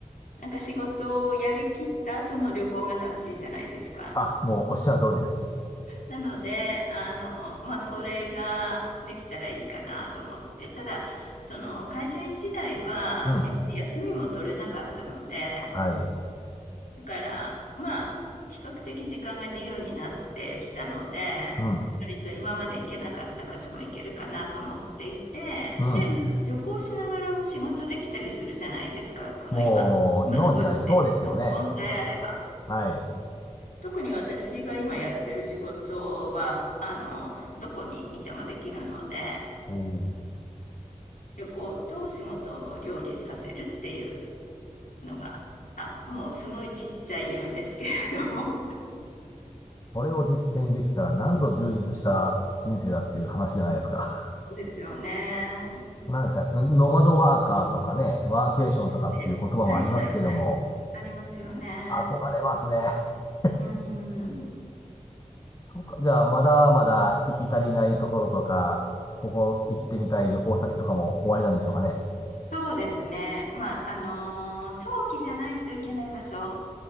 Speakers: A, on the left (about 80°); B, on the left (about 30°).
A: なんか仕事をやりきった後の旅行が楽しいじゃないですか。
B: あ、もうおっしゃる通りです。
A: なので、あの、まあ、それができたらいいかなと思って。ただ、その会社員時代は、
B: うん。
A: やっぱり休みも取れなかったので、
B: はい。
A: だから、まあ、比較的時間が自由になってきたので、
B: うん。
A: 割と今まで行けなかった場所も行けるかなと思っていて、
B: うん。
A: で、旅行しながらも仕事できたりするじゃないですか、この今、
B: もう、
A: 今のご時世。
B: 今の時代、そうですよね。
A: コンさえあれば。
B: はい。
A: 特に私が今やってる仕事は、あの、どこにいてもできるので、
B: おー
A: 旅行と仕事を両立させるっていうのが、あ、もうすごいちっちゃい夢ですけれども
B: これを実践できたらなんと充実した人生だっていう話じゃないですか。
A: ですよね。
B: <laughs> なんですか、ノマドワーカーとかね、ワーケーションとかっていう言葉もありますけども、
A: ねはいはいはい。ありますよね。
B: 憧れますね。<laughs>
A: うん。
B: そうか、じゃあまだまだ行き足りないところとか、ここ行ってみたい旅行先とかも終わりなんでしょうかね。
A: そうですね。まあ、あのー長期じゃないといけない場所っ